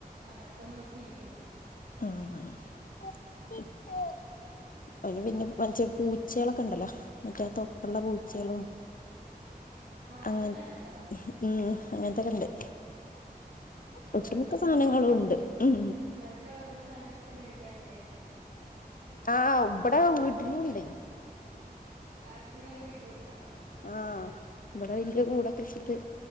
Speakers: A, on the right; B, on the left.
A: അതൊക്കെ നോക്കി ഇരിക്കണു
B: ഉം അവന് പിന്നെ മറ്റേ പൂച്ചകള് ഒക്കെ ഒണ്ടല്ലാ മറ്റേ തൊപ്പള്ള പൂച്ചകളും
A: ആഹ്
B: അങ്ങ
A: അതെല്ലാനുണ്ടോ
B: ഉം അങ്ങൻത്തെക്കെ ഇണ്ട്
A: നല്ലതാണല്ലോ
B: ഒട്ടുമിക്ക സാധനങ്ങളും ഒണ്ട് ഉം
A: ഒക്കെ അവിടുന്ന് സാധനങ്ങള് ഒക്കെ മേടിക്കാറില്ലേ
B: ആഹ് ഉപ്പടെ വീട്ടിലും ഉണ്ടേ
A: ആ നിങ്ങടെ വീട്ടിലും ഉണ്ടാ
B: ആഹ് ഇവിടെ വെല്യ കൂട് ഒക്കെ വെച്ചിട്ട്